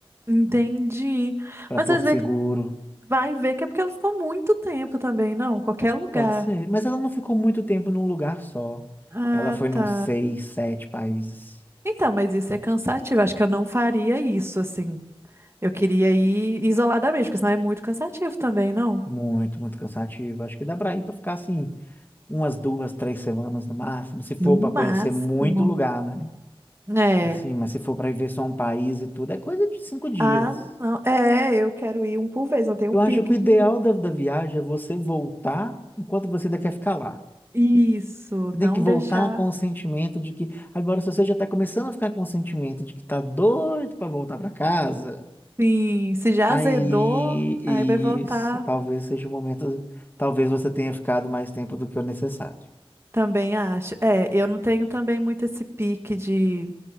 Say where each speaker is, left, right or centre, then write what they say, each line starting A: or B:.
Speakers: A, on the right; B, on the left.
A: Entendi.
B: para
A: Mas
B: Porto
A: às vezes
B: Seguro.
A: Vai ver que é porque ela ficou muito tempo também, não? Qualquer lugar.
B: Pode ser, mas ela não ficou muito tempo num lugar só.
A: Ah,
B: Ela foi num
A: tá.
B: seis, sete países.
A: Então, mas isso é cansativo. Acho que eu não faria isso, assim. Eu queria ir isoladamente, porque senão é muito cansativo também, não?
B: Muito, muito cansativo. Acho que dá para ir para ficar assim umas duas, três semanas no máximo, se for
A: No máximo.
B: para conhecer muito lugar, né?
A: É.
B: Assim, mas se for para ver só um país e tudo, é coisa de cinco dias.
A: Ah, não. É, eu quero ir um por vez. Eu tenho
B: Eu
A: um
B: acho
A: pique
B: que o ideal
A: de.
B: da, da viagem é você voltar enquanto você ainda quer ficar lá.
A: Isso,
B: Você
A: não
B: tem que voltar
A: deixar.
B: com o sentimento de que. Agora, se você já está começando a ficar com o sentimento de que tá doido para voltar para casa,
A: Sim, se já
B: aí
A: azedou, aí vai voltar.
B: isso talvez seja o momento. Talvez você tenha ficado mais tempo do que o necessário.
A: Também acho. É, eu não tenho também muito esse pique de.